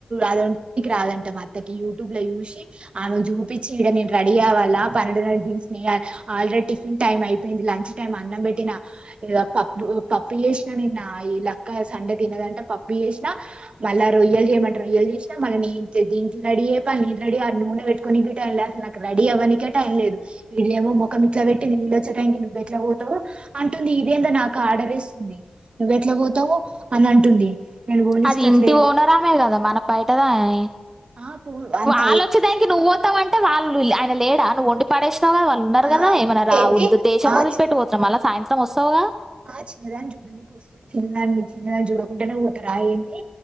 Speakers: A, on the right; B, on the right.
A: అది <unintelligible> వొండనికి రాదంట మా అత్తకి యూ ట్యూబ్ లా జూసి ఆమెకు జు పూపించి ఇడ నేను రెడీ అవాలా పన్నెడున్నర దన్స నేయాలి ఆల్రెడీ టిఫిన్ టైం అయిపోయింది లంచ్ టైమ్ అన్నం పెట్టిన ఇగ పప్పు పప్పు చేసినా నిన్న ఆ ఈ లక్క సండే తినదంటే పప్పు చేసినా మళ్ళా రొయ్యలు చేయమంట రొయ్యలు చేసిన మళ్ళ నే తిన్ దీనికి రెడీయ పని రెడీ ఆ నూనె పెట్టుకొని టైం లేదు అసలు నాకు రెడీ అవ్వనికే టైం లేదు ఇదేమో మొఖం ఇట్ల పెట్టి నేనొచ్చే టైం కి నువ్వెట్ల పోతవు అంటుంది ఇదేంద నాకు ఆడర్ ఏస్తుంది నువ్వెట్లా పోతావు అని అంటుంది నేను పోనిస్తట్లేదు
B: అది ఇంటి ఓనరామే కదా మన పైటదాయే
A: ఆ పో అంత
B: వాళ్ళ వచ్చేదానికి నువ్వు పోతావంటే వాళ్ళు ఆయన లేడా నువ్వు వండి పడేస్ వస్తావు కా వాళ్ళు ఉన్నారు
A: ఆ
B: కదా ఏమై
A: ఉంటే
B: రా
A: ఏంది
B: ఉద్దు దేశం
A: ఆ
B: మొదలి
A: చి
B: పెట్టి పోతున్నా మళ్ళా సాయంత్రం వస్తావుగా
A: ఆ చిన్నదాన్ని చూడనినకి వస్తారు చిన్నదాన్ని చిన్నదాన్ని చూడకుండనే ఒతరా యంది